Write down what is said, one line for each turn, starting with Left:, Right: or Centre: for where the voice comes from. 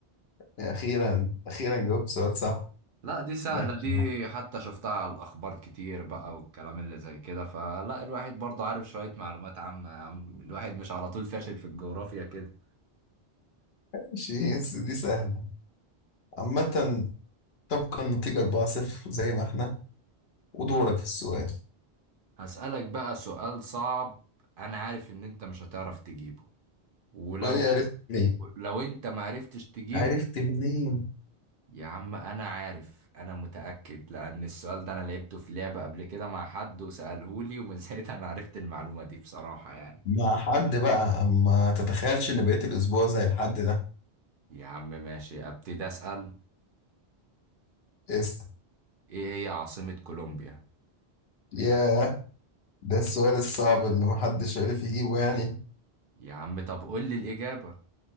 Left: أخيرا أخيرا جاوبت سؤال صح
Right: لا دي سهلة
Left: ماشي
Right: دي حتى شفتها على الأخبار كتير بقى والكلام اللي زي كده فلا الواحد برضه عارف شوية معلومات عامة يا عم الواحد مش على طول فاشل في الجغرافيا كده
Left: ماشي بس دي سهلة عامة تبقى النتيجة 4-0 زي ما احنا ودورك في السؤال
Right: هسألك بقى سؤال صعب أنا عارف إن أنت مش هتعرف تجيبه ولو
Left: وهي عرفت منين؟
Right: لو أنت معرفتش تجيبه
Left: عرفت منين؟
Right: يا عم انا عارف انا متأكد لان السؤال ده انا لعبته في لعبة قبل كده مع حد وسألهولي ومن <laughs> ساعتها انا عرفت المعلومة دي بصراحة يعني
Left: مع حد بقى ما تتخيلش ان بقيت الاسبوع زي الحد ده
Right: يا عم ماشي ابتدي اسأل
Left: اسأل
Right: ايه هي عاصمة كولومبيا
Left: ياه ده السؤال الصعب اللي محدش عرف يجيبه يعني
Right: يا عم طب قول لي الإجابة